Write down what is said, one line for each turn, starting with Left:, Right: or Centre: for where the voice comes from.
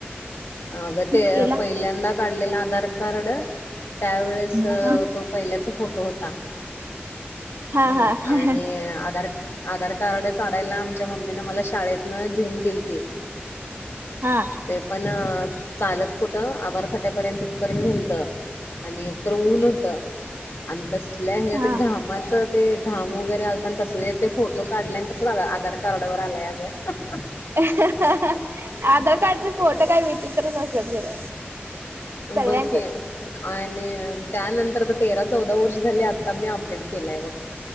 Left: आग ते
Right: केला
Left: पहिल्यांदा काढलेल आधार कार्ड त्यावेळेस
Right: हा
Left: तो पहिल्याचा फोटो होता
Right: हा
Left: हम्म
Right: हा
Left: आणि आधार आधार कार्ड काडायला आम च्या मम्मी न मला शाळेतन घेऊन गेलती
Right: हा
Left: ते पण चालत कुठं आभारफाट्यापर्यंत पर्यंत नेलत आणि एक तर ऊन होत आणि तसल्या हच्या
Right: हा
Left: घामाच ते घाम वगैरे आलता आणि तसले ते फोटो काढले आणि तसच आधार कार्ड वर आलाय अगं
Right: हा आधार कार्डचे फोटो काय विचत्र असत्यात खर. सगळ्यांचच
Left: बघ की आणि त्यानंतर आता तेरा चौदा वर्ष झाली आता मी अपडेट केलय बघ.